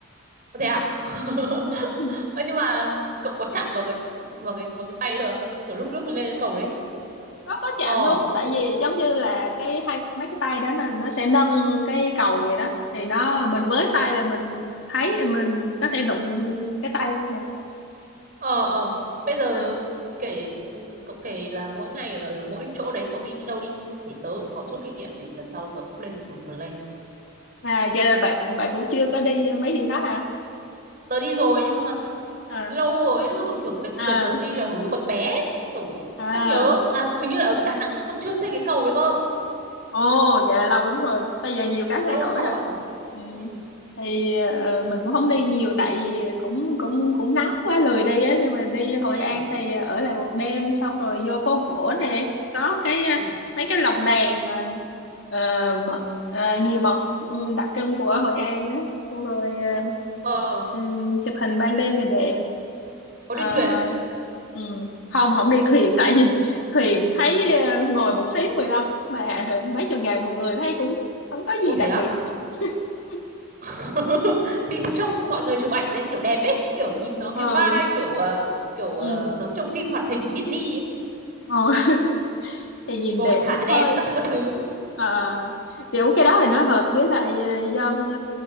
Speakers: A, on the right (about 40°); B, on the left (about 60°).
A: thế à <laughs>
B: <laughs>
A: Ơ nhưng mà cậu có chạm vào cái vào cái vào cái tay được không? Kiểu lúc lúc mình lên cái cầu đấy.
B: có có chạm
A: Ờ,
B: luôn tại vì giống như là cái hai mấy cái tay đó là nó sẽ nâng cái cầu vậy đó thì nó mình với tay là mình thấy thì mình có thể đụng cái tay luôn mà
A: ờ ờ. Bây giờ
B: à,
A: kể ừ, cậu kể là mỗi ngày ở mỗi chỗ đấy cậu đi những đâu đi để tớ cũng có chút kinh nghiệm để lần sau tớ cũng lên một plan.
B: à vậy là bạn bạn cũng chưa có đi mấy điểm đó hả
A: Tớ đi rồi nhưng mà
B: à
A: lâu rồi ấy, xong rồi kiểu cái
B: à
A: đợt tớ đi là hồi tớ còn bé kiểu
B: à
A: không nhớ à hình như là ở Đà Nẵng còn chưa xây cái cầu đấy cơ
B: Ồ, vậy là lâu lắm rồi. Bây giờ nhiều cái thay
A: lâu
B: đổi
A: lắm rồi
B: rồi. Ừ.
A: ừ
B: Thì ờ, mình cũng không đi nhiều tại vì cũng cũng cũng nóng quá lười đi á nhưng mà đi Hội
A: ừ
B: An thì ở lại một đêm xong rồi vô phố cổ nè có cái ờ,
A: ừ
B: mấy cái lồng đèn ờ, ờ, mà- ờ, nhiều màu sắc ừ, đặc trưng của Hội An á xong rồi ờ,
A: ờ
B: ừm, chụp hình ban đêm thì đẹp
A: có
B: Ờ,
A: đi thuyền không
B: ừm, không không đi thuyền tại vì <laughs> thuyền thấy ờ, ngồi một xí 15 mà <laughs> mấy chục ngàn một người thấy cũng không có gì
A: ui
B: đặc
A: thế á
B: biệt <laughs>
A: <laughs> thì trông mọi người chụp ảnh lên kiểu đẹp ấy kiểu nhìn nó cái
B: ừ
A: vibe kiểu ờ, kiểu ờ,
B: ừ
A: giống trong phim hoạt hình của Disney ấy.
B: Ờ, <laughs> thì nhìn
A: ngồi
B: đẹp
A: thả
B: vậy
A: đèn
B: thôi
A: các thứ các thứ
B: à, kiểu cái đó thì nó hợp với lại ờ, dân